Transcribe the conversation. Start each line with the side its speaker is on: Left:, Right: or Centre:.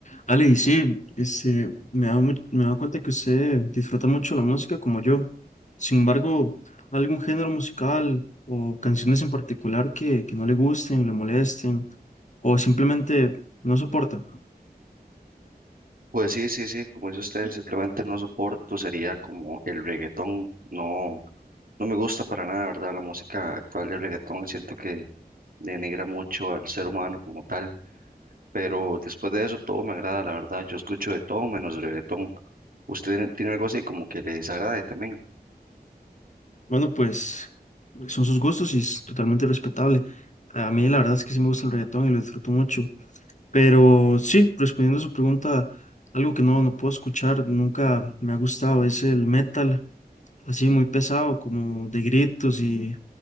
Left: Ale, y sí, este, me he dado, mu- me he dado cuenta que usted disfruta mucho la música como yo. Sin embargo, ¿algún género musical o canciones en particular que, que no le gusten, le molesten o simplemente no soporta?
Right: Pues sí, sí, sí, como dice usted, simplemente no soporto, sería como el reggaetón, no, no me gusta para nada, ¿verdad? La música actual del reggaetón, siento que denigra mucho al ser humano como tal, pero después de eso todo me agrada, la verdad, yo escucho de todo menos reggaetón. ¿Usted tiene algo así como que le desagrade también?
Left: Bueno, pues son sus gustos y es totalmente respetable. A mí la verdad es que sí me gusta el reggaetón y lo disfruto mucho. Pero sí, respondiendo a su pregunta, algo que no, no puedo escuchar, nunca me ha gustado, es el metal, así muy pesado, como de gritos y